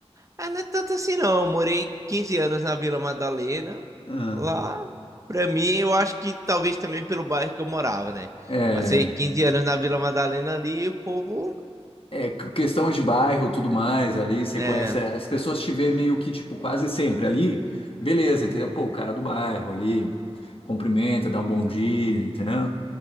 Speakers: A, on the right; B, on the left.
A: Ah, não é tanto assim não. Eu morei 15 anos na Vila Madalena.
B: Ah,
A: Lá, pra mim, eu acho que talvez também pelo bairro que eu morava, né?
B: É.
A: Passei 15 anos na Vila Madalena ali e o povo.
B: É que- questão de bairro, tudo mais ali, você
A: É,
B: conhece, é, as pessoas te veem meio que, tipo, quase sempre ali, beleza, entendeu? Pô, o cara do bairro ali, cumprimenta, dá um bom dia, entendeu?